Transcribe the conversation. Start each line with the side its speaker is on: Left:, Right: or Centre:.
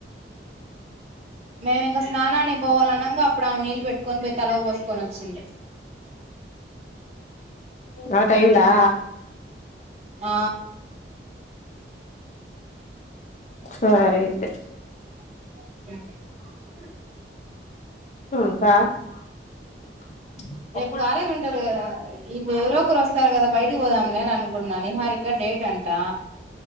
Right: మేము ఇంకా స్నానానికి పోవాలన్నా అనంగా అప్పుడు అమే నీళ్ళు పెట్టుకోనిపోయి తల పోసుకని వచ్చింది
Left: నా టైమ్లా
Right: ఆ
Left: సరే <inaudible>
Right: <inaudible>
Left: <unintelligible>
Right: రేపు
Left: ఆ
Right: కాలేజ్ ఉంటది కదా ఇం ఎవర ఒకరు వస్తారు కదా బయట గుడికి పొదంలే అనుకున్నా నిహారిక డేట్ అంటా